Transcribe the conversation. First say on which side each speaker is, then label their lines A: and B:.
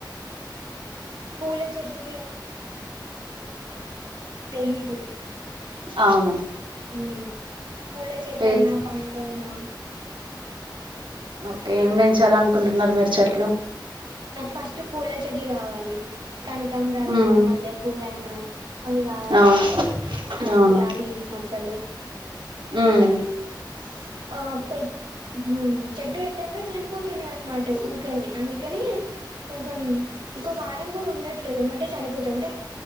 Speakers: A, on the right; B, on the right.
A: పూల చెట్లని తెలీదు
B: అవునా
A: ఉమ్ పూల చెట్ల
B: టేక్
A: అయినా పండ్లయినా
B: ఓకే ఏం పెంచాలనుకుంటున్నారు మీరు చెట్లు
A: నాకు ఫస్ట్ పూల చెట్లు కావాలి కనకాంబ్రాలైన
B: ఉమ్
A: మల్లె పూలయినా అ అవి కావాలి
B: అవును
A: ఆ
B: అవునా
A: గులాబీ మొక్కలు
B: ఉమ్
A: అంటేవి అ ఆ పె మ్ చెట్టు పెట్టాక చనిపోతున్నాయి అనమాట ఊకనే అందుకనే కొంచెం ఒక వారం కూడా ఉండట్లేదు ఏమంటే చనిపోతంటే